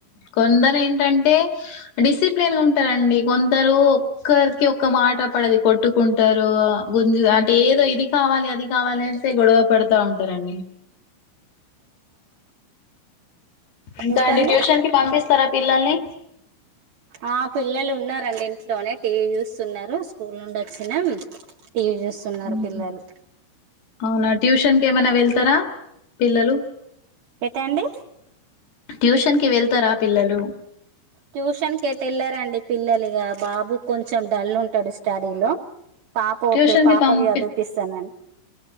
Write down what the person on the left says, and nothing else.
కొందరు ఏంటంటే డిసిప్లేన్ ఉంటరండి, కొందరు ఒక్కరికి ఒక్క మాట పడదు కొట్టుకుంటరు. గుంజు అంటే ఏదో ఇది కావాలి, అది కావాలి అనేసే గొడవ పడుతా ఉంటరండి. ఇంకా
అండి ట్యూషన్ కి పంపిస్తరా పిల్లల్ని?
మ్మ్.
అవునా ట్యూషన్ కేమైనా వెళ్తారా పిల్లలు.
ట్యూషన్ కి వెళ్తారా పిల్లలు.
ట్యూషన్
కి పంపిస్తే